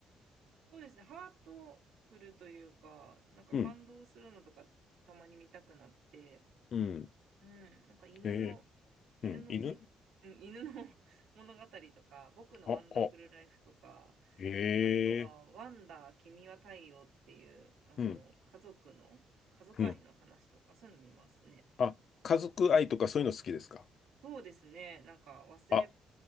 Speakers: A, on the right; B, on the left.
A: そうですね、ハートフルというか、なんか感動するのとかたまに見たくなって、
B: うん、うん、
A: うん、なんか犬の、
B: ええ、
A: 犬のじ、
B: うん、犬
A: うん犬の <laughs> 物語とか、僕のワンダフルライフとか、
B: あ、あ、へ
A: あとは、
B: え、
A: ワンダー、君は太陽っていう、あの、
B: うん、
A: 家族の、家族愛の話とか、
B: うん。
A: そういうの見ますね。
B: あ、家族愛とかそういうの好きですか
A: そうですね、なんか忘れ、
B: あ、